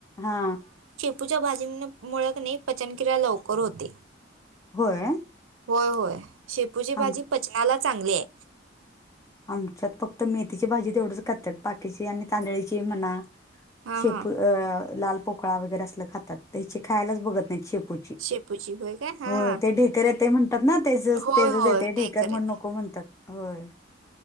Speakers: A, on the left; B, on the right.
A: हा
B: तुझ्या भाजीन मुळ नाही पचनक्रिया लवकर होते
A: होय
B: होय होय शेपूची
A: आम
B: भाजी पचनाला चांगली आहे
A: आमच्यात फक्त मेथीची भाजी तेवढच खातात बाकीची आणि तांदळीची म्हणा
B: हा
A: शेप
B: हा
A: अ लाल पोकळा वगैरे असलं खातात त्याची खायलाच बघत नाही शेपू
B: शेपूची होय काय हा
A: हो
B: हा
A: ते ढेकरऱ्या म्हणतात ना तेचच
B: होय
A: तेचच
B: होय
A: येते
B: डेकर
A: ढेकर म्हण
B: आहे
A: नको म्हणतात होय